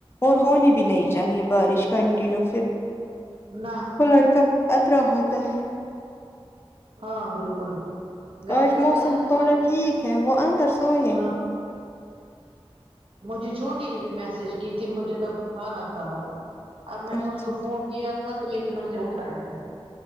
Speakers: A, on the left; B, on the right.
A: اور ہونی بھی نہیں چاہیے بارش کنٹینیو پھر
B: نہ
A: وہ لڑکا اطرا ہوتا ہے
B: ہاں بالکل گھر
A: آج
B: والے
A: موسم
B: کہاں ہیں
A: تھوڑا
B: پاک
A: ٹھیک ہے وہ اندر سوئے
B: ہاں
A: ہیںیں
B: مجھے چھوٹی نے بھی میسج کی کہ مجھے تب کھانا کھانا تھا اب میں
A: اچھا
B: نے اس کو فون کیا تھا تو لیکن اس نے اٹھایا نہیں